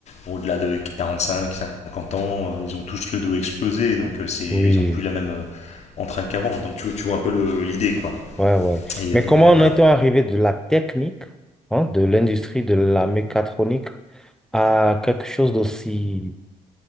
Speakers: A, on the left; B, in the centre.
A: au-delà de 45, 50 ans, euh, ils ont tous le dos explosé, donc euh, c'est, ils
B: Oui.
A: ont plus la même euh, entrain qu'avant. Donc tu, tu vois un peu le, l'idée, quoi.
B: Ouais, ouais.
A: Et
B: Mais
A: euh,
B: comment en
A: voilà.
B: est-on arrivé de la technique, hein, de l'industrie de la mécatronique à quelque chose d'aussi